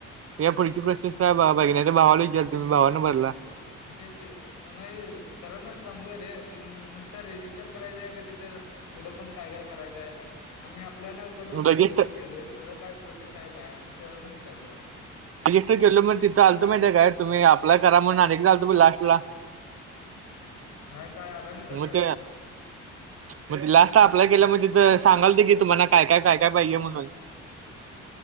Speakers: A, on the right; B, on the left.
A: या पुढची प्रोसेस काय ब तर भावाला विचार तुम्ही भावानं भरला
B: अंत एक नाही सरांनाच सांगूया रे कि नुसत रेजिस्टर करायच आहे क तिथे पुढं पण काय काय करायचंय आम्ही आपल्याला ून रेजिस्टर
A: रजिस्टर
B: केलोय पुढं काय प्रोसेस आहे काय असं सरांना विचारूया
A: रजिस्टर केलं मग तिथं आलं माहिती आहे काय तुम्ही अप्ला करा म्हण अनेक जालं प लास्टला
B: नाही काय आला नाही तसला
A: मट
B: काय मला
A: मगज लास्ट अप्लाय केल्या म तथ सांगालते की तुम्हाला काय काय काय काय पाहिजे म्हणून